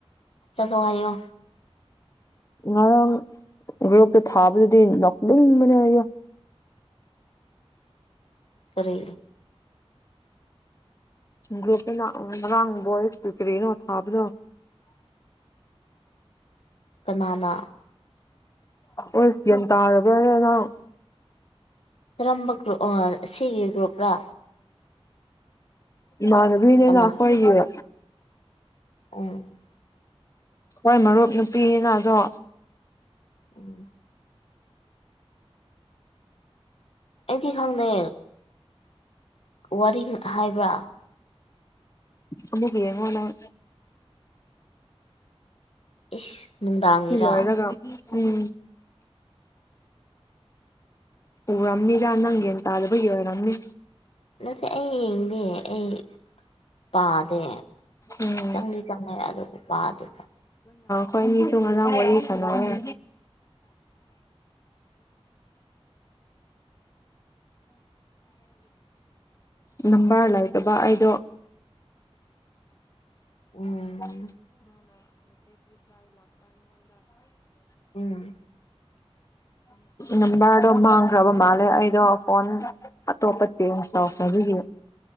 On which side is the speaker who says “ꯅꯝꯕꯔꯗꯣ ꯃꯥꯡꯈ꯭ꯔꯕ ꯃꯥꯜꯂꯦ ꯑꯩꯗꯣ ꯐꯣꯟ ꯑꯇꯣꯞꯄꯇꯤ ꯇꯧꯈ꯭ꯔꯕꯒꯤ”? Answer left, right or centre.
Left